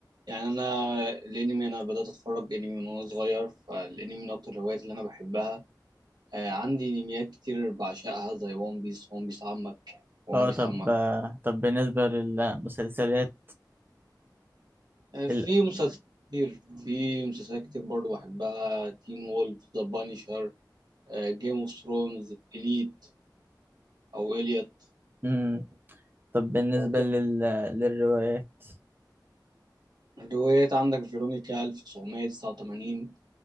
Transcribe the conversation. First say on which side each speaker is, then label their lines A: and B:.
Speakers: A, on the right; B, on the right.
A: يعني انا الانمي انا بدأت اتفرج انمي من وانا صغير فالانمي من اكتر الهوايات اللي انا بحبها آه عندي انميات كتير بعشقها زي ون بيس ون بيس عمك ون
B: اه
A: بيس
B: طب
A: عمك
B: آه، طب بالنسبة للمسلسلات
A: آه في
B: ال...
A: مسلسلات كتير في مسلسلات كتير برضه بحبها تين وولف ذا بانيشر جيم اوف ثرونز اليت او اليت
B: مم. طب بالنسبة
A: لو كده
B: لل... للروايات
A: روايات عندك فيرونيكا 1989